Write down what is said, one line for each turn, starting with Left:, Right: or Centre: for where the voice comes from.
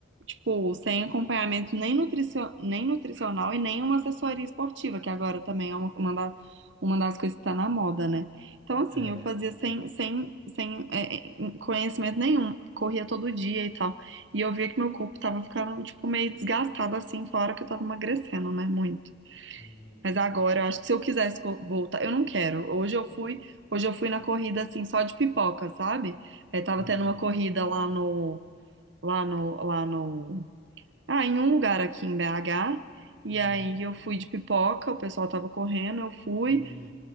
Right: tipo, sem acompanhamento nem, nutricio- nem nutricional e nem uma assessoria esportiva, que agora também é uma, uma, da- uma das coisas que tá na moda, né? Então, assim,
Left: É,
Right: eu fazia sem, sem, sem é, é, conhecimento nenhum, corria todo dia e tal. E eu via que meu corpo tava ficando, tipo, meio desgastado, assim, fora que eu tava emagrecendo, né? Muito.
Left: sim,
Right: Mas agora eu acho que se eu quisesse co- voltar, eu não quero. Hoje eu fui, hoje eu fui na corrida assim só de pipoca, sabe? É, tava
Left: entendi.
Right: tendo uma corrida lá no, lá no, lá no, ah, em um lugar aqui em BH. E
Left: Uhum,
Right: aí eu fui de pipoca, o pessoal tava correndo, eu fui,
Left: uhum,